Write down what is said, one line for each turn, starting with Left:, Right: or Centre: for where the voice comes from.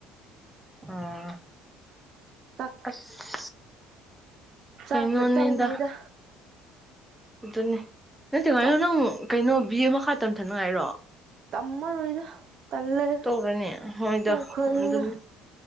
Centre: ꯑꯥ
Right: ꯆꯥꯛ
Centre: ꯑꯁ
Right: ꯆꯥꯛꯀ
Centre: ꯀꯩꯅꯣꯅꯤꯗ
Right: ꯆꯪꯗꯦꯗ
Centre: ꯑꯗꯨꯅꯦ ꯅꯠꯇꯦ ꯉꯥꯏꯅꯣ
Right: ꯆꯥꯛꯁꯦ
Centre: ꯅꯪ ꯀꯩꯅꯣ ꯕꯤ ꯑꯦ ꯃꯈꯥ ꯇꯝꯊꯅꯉꯥꯏꯔꯣ
Right: ꯇꯝꯃꯔꯣꯏꯗ ꯇꯜꯂꯦꯗ
Centre: ꯇꯧꯔꯅꯤ ꯍꯣꯏꯗ
Right: ꯇꯣꯛꯈ꯭ꯔꯅꯤꯗ
Centre: ꯑꯗꯨꯅꯤ